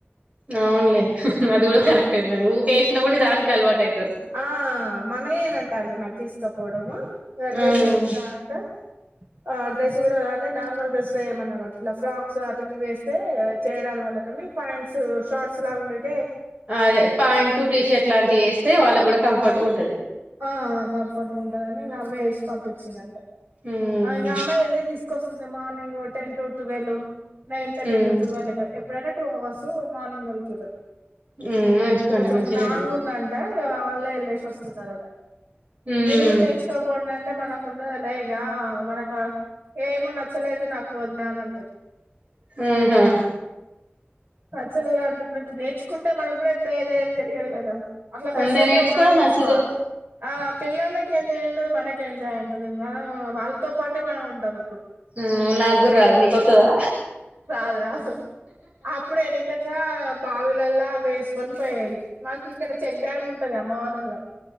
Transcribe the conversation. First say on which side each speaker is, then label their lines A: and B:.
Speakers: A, on the right; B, on the right.
A: అవున్లే అది కూడా
B: ఆ
A: కరెక్టే మరి ఊకేసిన కూడా దానికే అలవాటు అయితారు
B: ఆ మనయేనంటే అవి మరి తీసుకపోవడము డ్రెస్
A: ఉమ్
B: ఇట్ల ఉన్నాయంట ఆ డ్రెస్ కూడా అంటే నార్మల్ డ్రెస్ వెయ్యమన్నాడంట ఇట్లా ఫ్రాక్స్ అటవీ వి ఏస్తే చేయరాని వల్లకు నీ పాయింట్స్ షార్ట్స్ లాగా ఉండే
A: అదే ప్యాంటు టీషర్ట్ లాంటివి వేస్తే వాళ్ళకి కూడా కంఫర్ట్ గ ఉన్
B: ఆ కంఫర్ట్గా ఉంటదని ఇంగ అవ్వే ఏసి పంపించింది అంతె
A: ఉమ్
B: ఆ ఇంగ ఆమె ఎళ్లి తీసుకొస్తుంది morning ten to twelve nine thirty
A: um
B: to twelve ఇక ఎప్పుడైనా టూ అవర్స్ మార్నింగ్ వెల్తురు
A: ఉమ్ మంచి పని
B: కొంచెం
A: మంచినే
B: లాంగ్
A: ఉంది
B: ఉందంట ఆ వాళ్ళే వెళ్ళేసి వస్తున్నారట
A: ఉమ్
B: మీరు కూడా నేర్చుకోపొండి అన్ అంటే మనకు ఉండదు లే ఇగ మనకు ఏమో నచ్చలేదు నాకు వదిన అనంటది
A: ఆహా
B: పచ్చలుగా అంటున్నట్టు నేర్చుకుంటే మనకు కూడా ఎప్పుడు ఏద ఏం తెలియదు కదా అట్లా ఫెసిలిటీ
A: అంతే నేర్చుకోవడం
B: ఉన్నప్పుడు నేర్చుకోవాలి
A: మంచిదే
B: ఆ పిల్లలకి ఎంజాయ్మెంట్ ఏ మనకి ఎంజాయ్ ఉంటుది మనం వాళ్ళతో పాటే మనం ఉంటరు
A: మ్ నాకూర రాదు నీకొత్తదా
B: రాదు రాదు అప్పుడు వెనకట బావిలల్ల వేసుకొని పోయేది మాకు ఇక్కడ చెక్ డ్యామ్ ఉంటది అమ్మవాల్ లో